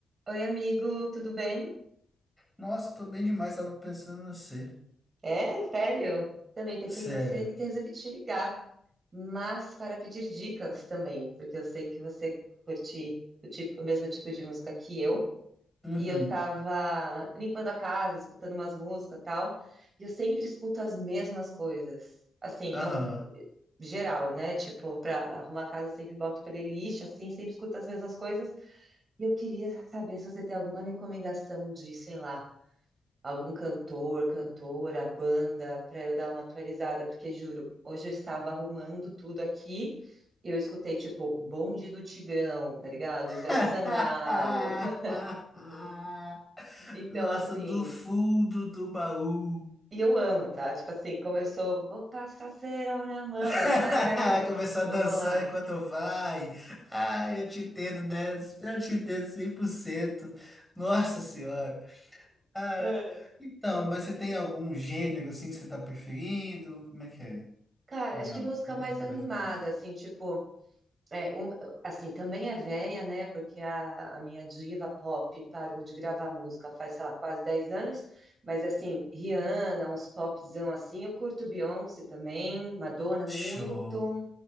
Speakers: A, on the right; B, in the centre.
A: Oi, amigo, tudo bem?
B: Nossa, tô bem demais, tava pensando em você.
A: É, sério? Também pensei
B: Cego.
A: em você e resolvi te ligar, mas para pedir dicas também, porque eu sei que você curte o tipo- o mesmo tipo de música que eu,
B: Uhum.
A: e eu tava limpando a casa, escutando umas músicas e tal, e eu sempre escuto as mesmas coisas. Assim,
B: Aham.
A: é um eh, geral, né? Tipo, para arrumar a casa, eu sempre boto playlist, assim, sempre escuto as mesmas coisas, e eu queria saber se você tem alguma recomendação de, sei lá. algum cantor, cantora, banda, para eu dar uma atualizada, porque juro, hoje eu estava arrumando tudo aqui, eu escutei tipo Bonde do Tigrão, tá ligado? Ivete
B: <laughs>
A: Sangalo. <laughs> Então
B: Nossa,
A: assim,
B: do fundo do baú.
A: e eu amo, tá? Tipo assim, começou, vou passar cerol na mão,
B: <laughs>
A: eu vai, caralho.
B: Começar a dançar
A: Vamos lá.
B: enquanto vai. Ah, eu te entendo 10, eu te entendo 100%. Nossa senhora. Ah,
A: <laughs>
B: então, mas você tem algum gênero assim que você tá preferindo? Como é que é?
A: Cara,
B: Ou
A: acho
B: não?
A: que música
B: Qualquer
A: mais
B: coisa
A: animada,
B: mesmo.
A: assim, tipo É, um- assim, também é velha, né? Porque a, a minha diva pop parou de gravar música faz, sei lá, quase 10 anos. Mas, assim, Rihanna, uns popzão assim. Eu curto Beyoncé também, Madonna muito,
B: Show,